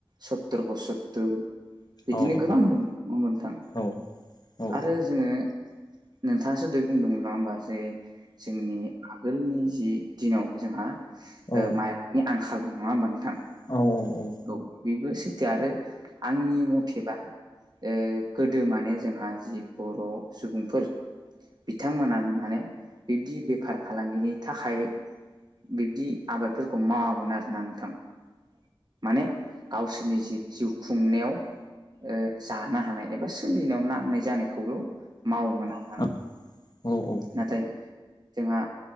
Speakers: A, on the right; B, on the left.
A: सत्तर पसततर बिदिनो
B: औ
A: गोबां दोंङो नंङा होमबा नोंथां
B: औ औ
A: आरो जोंङो नोंथांङासो दहय बुंदोंमोन नङा होमबा जे जोंनि आगोलनि जि दिनाव जोंहा
B: औ
A: ओ माइरंनि आंखाल नङा होमबा नोंथां
B: उम औ औ औ
A: औ बेबो सैथो आरो आंनि मथेबा ओ गोदो माने जोंहा जि बर' सुबुंफोर बिथांमोना माने बिब्दि बेफार फालांगिनि थाखाय बिब्दि आबादफोरखौ मावामोन आरोना नोंथां। माने गावसोरनि जि जिउ खुंनायाव ओ जानो हानाय एबा सोलिनायाव नांनाय जानायखौल' मावोमोन आरो।
B: <unintelligible> औ औ
A: नाथाय
B: औ
A: जोंहा